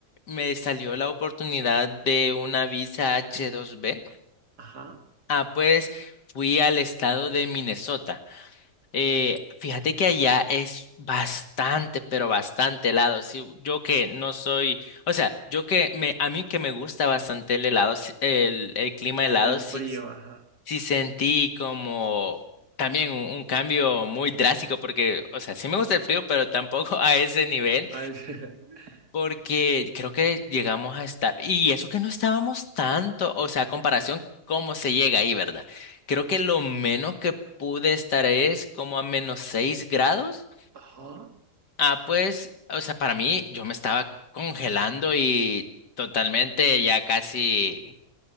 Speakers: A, on the left; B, on the right.
A: me salió la oportunidad de una visa H2B.
B: Ajá,
A: Ah, pues fui al estado de Minnesota. Eh, fíjate que allá es bastante, pero bastante helado. Sí, yo que no soy, o sea, yo que me, a mí que me gusta bastante el helado, sí- el, el clima helado,
B: el frío,
A: sí,
B: ajá.
A: sí sentí como también un, un cambio muy drástico, porque, o sea, sí me gusta el frío, pero tampoco <laughs> a ese nivel.
B: Ah, el- <laughs>
A: Porque creo que llegamos a estar, y eso que no estábamos tanto, o sea, a comparación, cómo se llega ahí, ¿verdad? Creo que lo menos que pude estar es como a menos 6 grados.
B: Ajá.
A: Ah, pues, o sea, para mí yo me estaba congelando y totalmente ya casi,